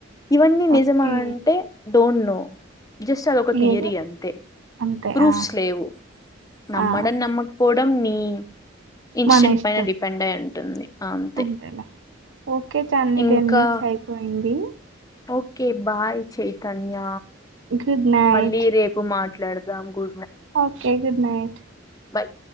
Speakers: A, on the left; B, on the right.
A: ఇవన్నీ
B: ఓకే.
A: నిజమా అంటే డోంట్ నో జస్ట్ అదొక తియరి
B: ఏదో
A: అంతే
B: అంతే.
A: ప్రూఫ్స్
B: ఆ!
A: లేవు. నమ్మడం
B: ఆ!
A: నమ్మకపో ఇదం నీ ఇన్స్టెంట్
B: మన ఇష్టం.
A: పైన డిపెండ్ అయి ఉంటుంది ఆ, అంతే
B: అంతేలే, ఓకే చన్న
A: ఇంకా
B: టెన్ మినిట్స్ అయిపోయింది.
A: Okay bye Chaitanya.
B: గుడ్ నైట్.
A: మళ్ళీ రేపు మాట్లాడ్ దామ్ గు
B: ఓకే గుడ్ నైట్.
A: బాయ్